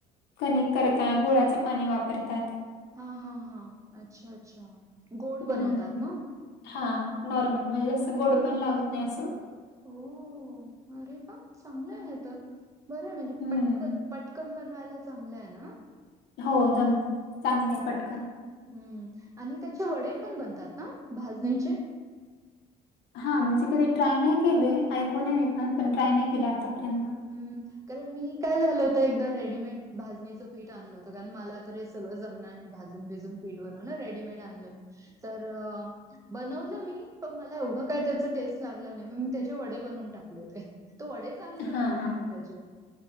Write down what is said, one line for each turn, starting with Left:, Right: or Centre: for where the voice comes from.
Left: कणिक करताना गुळाचं पाणी वापरतात.
Right: हा हा हा अच्छा, अच्छा गोड
Left: हम्म.
Right: बनवतात ना?
Left: हा नॉर्मल म्हणजे जास्त गोड पण लागत नाही असं.
Right: हो अरे वा चांगल आहे हे तर बरं म्हणजे
Left: हम्म
Right: पटकन, पटकन बनवायला चांगलं आहे ना?
Left: हो जम चांगलय पटकन.
Right: हम्म आणि त्याचे वडे पण बनतात ना भाजणीचे?
Left: हा म्हणजे कधी ट्राय नाही केले ऐकून आहे मी पण, पण ट्राय नाही केली आतापर्यंत.
Right: हम्म, कारण मी काय झाल होतं एकदा रेडीमेड भाजणीचं पीठ आण आणलं होत कारण मला तर हे सगळं जमणार नाही भाजून भिजून पीठ बनवायला रेडीमेड आणलं होतं. तर बनवलं मी पण मला एवढं काय त्याच टेस्ट लागलं नाही म मी त्याचे वडे बनवून टाकले होते. तो वडे चांगले
Left: हां,
Right: झाले होते
Left: हां.
Right: पण त्याचे.